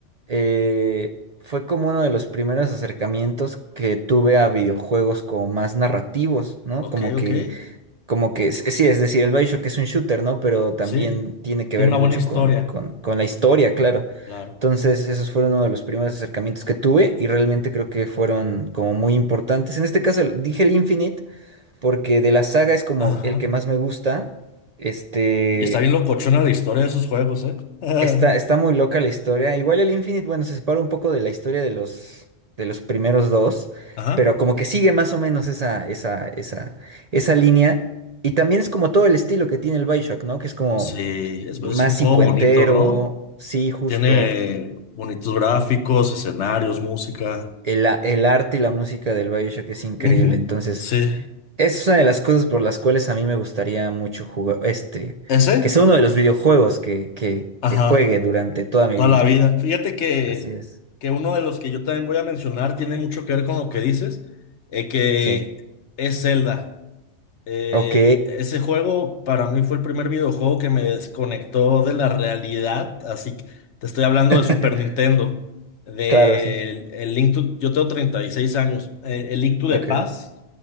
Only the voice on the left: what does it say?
Ok,
ok.
Sí,
tiene
una
buena historia.
Claro.
Ajá.
Y está bien locochona la historia de esos juegos, ¿eh? <laughs>
Ajá.
Sí, es,
es un
juego bonito, ¿no?
Tiene bonitos gráficos, escenarios, música.
Ujú,
Sí.
¿Ese?
Ajá,
toda
la vida. Fíjate que,
que uno de los que yo también voy a mencionar tiene mucho que ver con lo que dices, eh, que
es Zelda. Eh,
ese juego para mí fue el primer videojuego que me desconectó de la realidad, así que te estoy hablando
de Super Nintendo, del
el Link to, yo tengo 36 años, eh, el Link to the
Past,